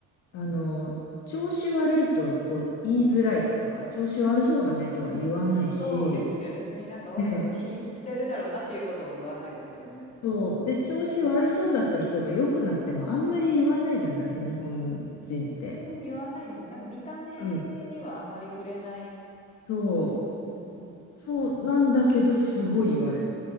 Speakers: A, on the left (about 60°); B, on the left (about 25°).
A: あの、調子悪いとこう言いづらいっていうか、
B: うんうん。
A: 調子悪そうだねとは言わないし、
B: そうですね。別になんかわざわざ気にしてるだろうなっていうことを言わないですよね。
A: ねそう。で、
B: うん。
A: 調子悪そうだった人が良くなってもあんまり言わないじゃない、日本人って。
B: うん、言わないですね。なんか見た目にはあまり触れない。
A: うん。そう。
B: うんうんうん。
A: そうなんだけど、すごい言われる。
B: はい。